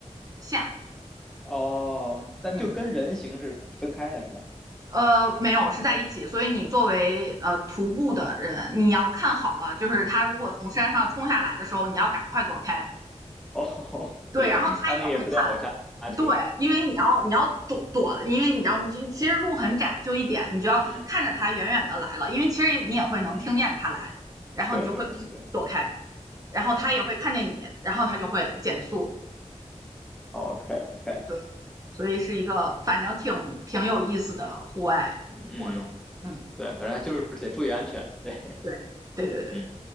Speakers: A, on the right; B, in the centre.
A: 下，
B: 哦，但就跟人形是分开的是吧？
A: 嗯。呃，没有，是在一起。所以你作为呃徒步的人，你要看好了，就是他如果从山上冲下来的时候，你要赶快躲开。
B: 哦，<laughs>
A: 对，
B: 对，
A: 然后他也会看，
B: 它那个也不太好刹刹车。
A: 对，因为你要你要躲躲，因为你知道，其实路很窄，
B: 嗯
A: 就一点，你就要看着他远远的来了，
B: 嗯
A: 因为其实你也会能听见他来，
B: 嗯，
A: 然后你就会躲开，
B: 对对对对，
A: 然后他也会看见你，
B: 嗯
A: 然后他就会减速。
B: ，OK OK，
A: 对，所以是一个反正挺挺有意思的户外活动。
B: 嗯，
A: 嗯，
B: 对，反正就是得注意安全，对，
A: 对，对对对。
B: 嗯